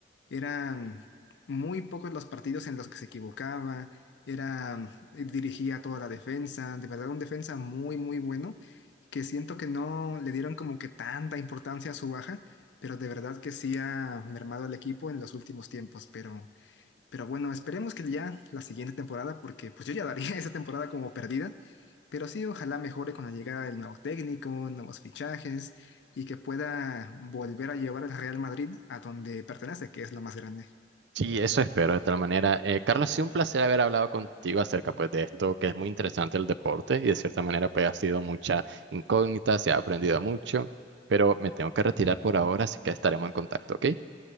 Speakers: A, on the left (about 75°); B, on the right (about 70°).
A: Era muy pocos los partidos en los que se equivocaba, era, eh, dirigía toda la defensa, de verdad un defensa muy, muy bueno, que siento que no le dieron como que tanta importancia a su baja, pero de verdad que sí ha mermado el equipo en los últimos tiempos, pero, pero bueno, esperemos que ya la siguiente temporada, porque pues yo ya daría <laughs> esa temporada como perdida, pero sí, ojalá mejore con la llegada del nuevo técnico, nuevos fichajes y que pueda volver a llevar al Real Madrid a donde pertenece, que es lo más grande.
B: Sí, eso espero de tal manera. Eh, Carlos, ha sido un placer haber hablado contigo acerca pues de esto, que es muy interesante el deporte y de cierta manera pues ha sido mucha incógnita, se ha aprendido mucho, pero me tengo que retirar por ahora, así que estaremos en contacto, ¿ok?